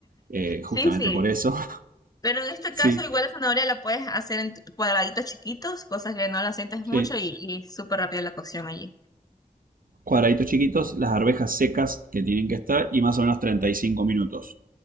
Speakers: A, on the right (about 65°); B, on the left (about 25°).
A: eh, justamente
B: Sí, sí.
A: por eso. <laughs>
B: Pero en este
A: Sí,
B: caso, igual la zanahoria la puedes hacer en tu- cuadraditos chiquitos, cosas que no la sientes
A: sí.
B: mucho y, y súper rápida la cocción allí.
A: Cuadraditos chiquitos, las arvejas secas que tienen que estar y más o menos 35 minutos.